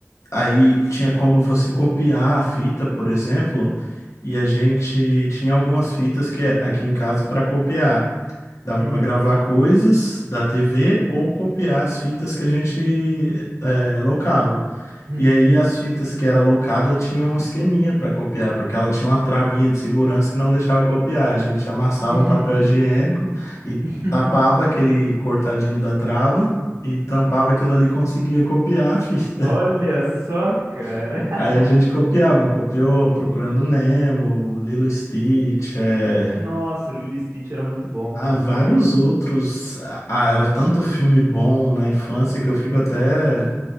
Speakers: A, on the left; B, on the right.
A: aí tinha como você copiar a fita, por exemplo, e a gente tinha algumas fitas que é aqui em casa para copiar. Dava
B: Uhum.
A: para gravar coisas da TV ou copiar as fitas que a gente é, locava.
B: Uhum.
A: E aí as fitas que era locada tinham um esqueminha para copiar, porque ela tinha uma travinha de segurança que não deixava copiar. A gente amassava
B: Uhum.
A: um papel higiênico e
B: <laughs>
A: tapava aquele cortadinho da trava e tampava aquilo ali e conseguia copiar a fita.
B: Olha só, cara.
A: <laughs>
B: <laughs>
A: Aí a gente copiava, copiou Procurando Nemo, Lilo e Stitch, é,
B: Nossa, Lilo e Stitch era muito bom,
A: Há
B: cara.
A: vários outros. Ah, era tanto filme bom na infância que eu fico até.